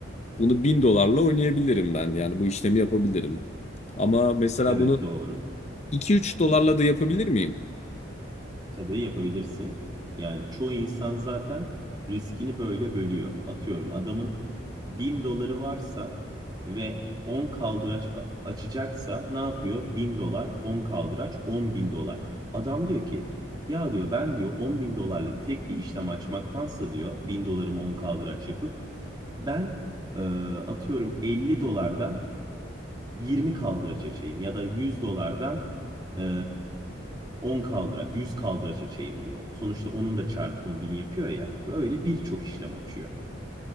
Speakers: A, on the left; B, on the right.
A: bunu 1000 dolarla oynayabilirim ben. Yani bu işlemi yapabilirim. Ama mesela
B: Evet
A: bunu
B: doğru.
A: iki üç dolarla da yapabilir miyim?
B: Tabii yapabilirsin. Yani çoğu insan zaten riskini böyle bölüyor. Atıyorum adamın 1000 doları varsa ve 10 kaldıraç a- açacaksa ne yapıyor? Bin dolar, 10 kaldıraç, 10 bin dolar. Adam diyor ki ya diyor ben diyor on bin dolarlık tek bir işlem açmaktansa diyor 1000 dolarımı 10 kaldıraç yapıp Ben e, atıyorum 50 dolardan 20 kaldıraç açayım ya da 100 dolardan e, 10 kaldıraç, 100 kaldıraç açayım diyor. Sonuçta onun da çarpımı 1000 yapıyor ya. Böyle birçok işlem açıyor.